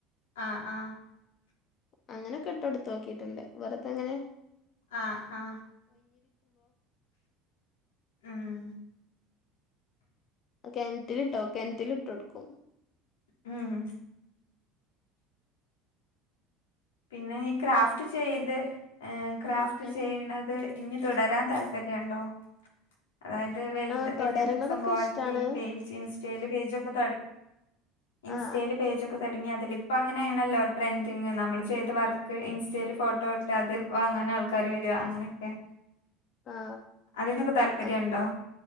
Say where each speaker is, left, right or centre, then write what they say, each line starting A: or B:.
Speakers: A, on the left; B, on the left.
A: ആ ആ
B: അങ്ങനെക്കെട്ട എടുത്ത് നോക്കിയിട്ടുണ്ട് വെറുത്തെങ്ങനെ
A: ആ ആ ഉം
B: കെണറ്റിൽട്ടോ കെണറ്റിലെ എടുക്കും
A: ഉം പിന്നെ ഈ ക്രാഫ്റ്റ് ചെയ്ത് ഏർ ക്രാഫ്റ്റ്
B: അപ്പൊ അങ്ങനെ
A: ചെയ്യണത് ഇനി തുടരാൻ താല്പര്യുണ്ടോ അതായത് വലത്
B: ആ
A: വലിയത്
B: തുടരണതൊക്കെ
A: സംഭവക്കി
B: ഇഷ്ടാണ്
A: പേജ് ഇൻസ്റ്റൽ പേജ ഒക്കെ തട ഇൻസ്റ്റൽ
B: ആ
A: പേജൊക്കെ തുടങ്ങി അ ഇപ്പൊ അങ്ങനെയാണല്ലോ ട്രെൻഡിങ് നമ്മൾ ചെയ്ത് വർക്ക് ഇൻസ്റ്റയിൽ ഫോട്ടോ ഇട്ട് അത് വാങ്ങാ ആൾക്കാര് വ അങ്ങനെയൊക്കെ
B: ആ
A: അതിനൊക്കെ താല്പര്യണ്ടോ
B: അത്